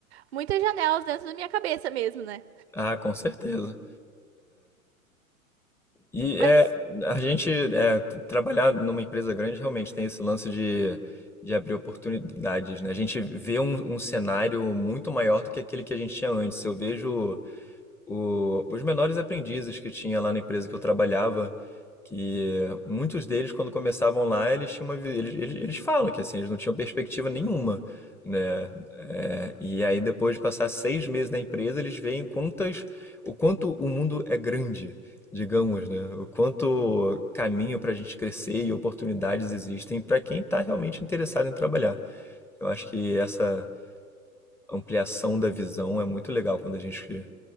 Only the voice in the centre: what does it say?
Ah, com certeza. E
é, a gente é, t- trabalhar numa empresa grande realmente tem esse lance de, de abrir oportunidades, né? A gente vê um, um cenário muito maior do que aquele que a gente tinha antes. Eu vejo O- os menores aprendizes que tinha lá na empresa que eu trabalhava, que muitos deles, quando começavam lá, eles tinham uma, vi- eles, eles, eles falam que assim, eles não tinham perspectiva nenhuma, né? É, e aí depois de passar seis meses na empresa, eles veem quantas, o quanto o mundo é grande, digamos, né? O quanto caminho para a gente crescer e oportunidades existem para quem está realmente interessado em trabalhar. Eu acho que essa ampliação da visão é muito legal quando a gente